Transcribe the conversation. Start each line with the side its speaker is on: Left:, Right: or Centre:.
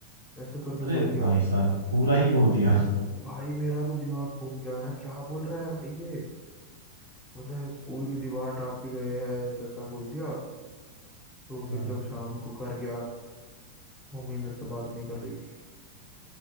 Centre: ऐसे करके
Right: अरे
Centre: बोल दिया
Right: भाई साहब पूरा ही बोल दिया
Centre: भाई मेरा तो दिमाग घूम गया मैं क्या बोल रहा है भाई ये बोलता है स्कूल की दीवार टाप के गए हैं ऐसा ऐसा बोल दिया तो फिर
Right: हाँ
Centre: जब शाम को घर गया मम्मी मेरे से बात नहीं कर रही थी